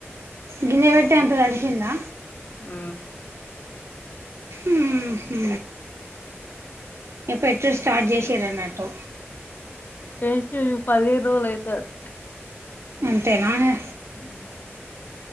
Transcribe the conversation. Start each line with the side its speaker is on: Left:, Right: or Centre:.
Right: గిన్నెబెటతే అంత తడిసిందా
Left: ఆ
Right: ఉము హు మీ పెట్టుడు స్టార్ట్ చేసిరన్నట్టు
Left: ఏ పదిహేర్ రోజల అయితు అది
Right: అంతే నారా
Left: అ